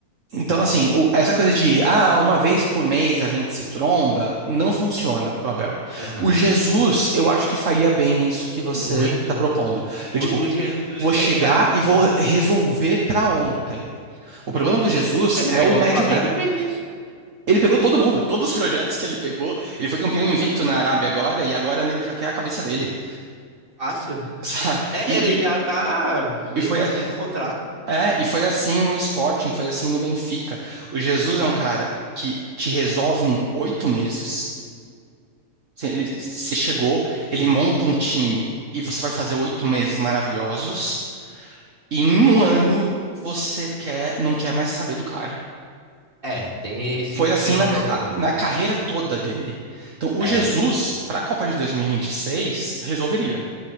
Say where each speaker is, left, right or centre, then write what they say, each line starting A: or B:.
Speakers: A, on the right (about 60°); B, on the right (about 35°).
A: Então, assim, o- essa coisa de, ah, uma vez por mês a gente se tromba, não funciona pro Abel.
B: Aham.
A: O Jesus, eu acho que faria bem isso que você
B: Muito.
A: tá propondo. Eu,
B: O,
A: tipo,
B: o Jesus
A: vou chegar
B: é exatamente
A: e vou
B: isso.
A: resolver para ontem. O problema do Jesus
B: Ele
A: é
B: pegou
A: o médio
B: o Flamengo
A: prazo.
B: e fez isso.
A: Ele pegou todo mundo, todos os projetos que ele pegou. Ele foi campeão invicto
B: Mano,
A: na Arábia agora, e agora o nego já quer a cabeça dele.
B: fácil.
A: <laughs> Sabe?
B: É,
A: E,
B: ele
A: e,
B: já tá rescindindo
A: e, foi,
B: o contrato.
A: é, e foi assim no Sporting, foi assim no Benfica. O Jesus é um cara que te resolve em oito meses. Você chegou,
B: Sim.
A: ele monta um time e você vai fazer oito meses maravilhosos. E em um ano você quer, não quer mais saber do cara.
B: É, tem esse
A: Foi
B: pequeno
A: assim na,
B: problema.
A: a-
B: mesmo.
A: na carreira toda dele. Então, o
B: É.
A: Jesus, para a Copa de 2026, resolveria.